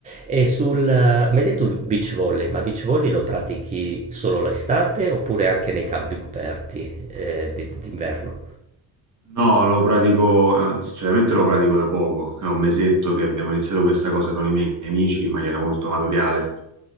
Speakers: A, on the right (about 20°); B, on the right (about 40°).
A: E sul, eh, mi hai detto beach volley, ma beach volley lo pratichi solo l'estate oppure anche nei campi coperti eh, di- d'inverno?
B: No, lo pratico, eh, sinceramente lo pratico da poco, è un mesetto che abbiamo iniziato questa cosa con i miei amici in maniera molto amatoriale.